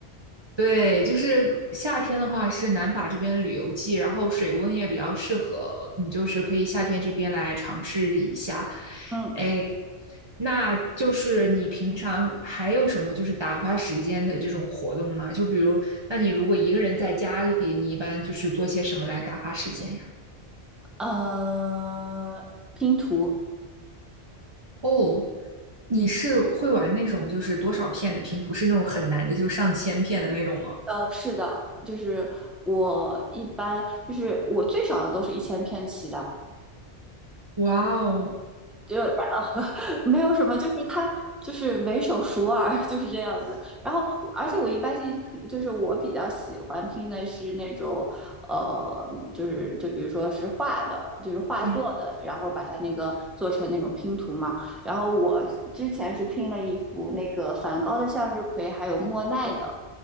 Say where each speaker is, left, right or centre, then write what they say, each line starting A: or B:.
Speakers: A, on the right; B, in the centre.
A: 对，就是夏天的话是南法这边旅游季，然后水温也比较适合，你就是可以夏天这边来尝试一下。
B: 嗯
A: 哎，那就是你平常还有什么就是打发时间的这种活动吗？就比如，那你如果一个人在家里，你一般就是做些什么来打发时间呀？
B: 呃，拼图。
A: 哦，你是会玩那种就是多少片的拼图，是那种很难的，就上千片的那种吗？
B: 呃，是的，就是我一般就是我最少的都是一千片起的，
A: 哇哦，
B: 就然后 <laughs> 没有什么，就是它就是唯手熟耳就是这样子。然后我而且我一般是就是我比较喜欢拼的是那种呃，就是就比如说是画的，就是画作的，
A: 嗯
B: 然后把它那个做成那种拼图嘛。然后我之前是拼了一幅那个梵高的向日葵，还有莫奈的。